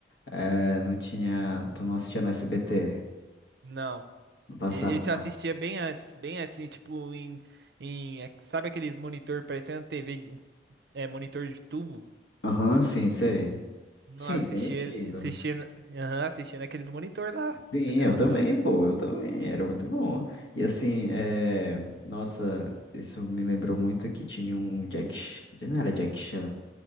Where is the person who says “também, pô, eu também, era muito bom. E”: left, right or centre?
Left